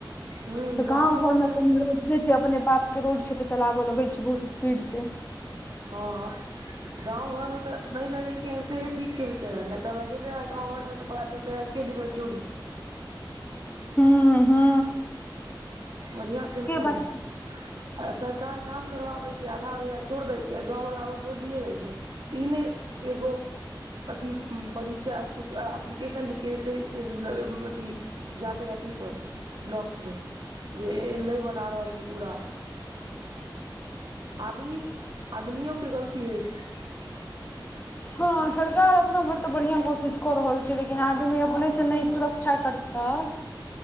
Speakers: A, on the right; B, on the left.
A: हूं
B: त
A: गाँव
B: गांव
A: घरमे
B: घर मे अपन रोड नै छै अपने बाप के रोड छै त चलाबय लगै छै बहुत स्पीड स्पीड से।
A: हां गांव घर मे त नहि लगेलकैये हन सेहे ठीक। केलकै हन नहि त लगैये गांव घर मे त पता चलते रहै एके दिन मऽ चोरी
B: हू हू
A: बढ़िया केलकै हन
B: बात
A: आ सरकार काम करवाबै छै आधा अधुरा छोरि दय छै गाँववला ओ छोरिये दै छै इ नै एगो अथि परिचय अ एप्लीकेशन लिख कऽ देतय जा के अथि पर ब्लॉक मे, जे नै बना रहल छै पुरा आदमी, आदमियोके गलती होइ छै
B: हां सरकार अपना भरि त बढ़िया कोशिश क रहल छै लेकिन आदमी अपने से नहि सुरक्षा करतइ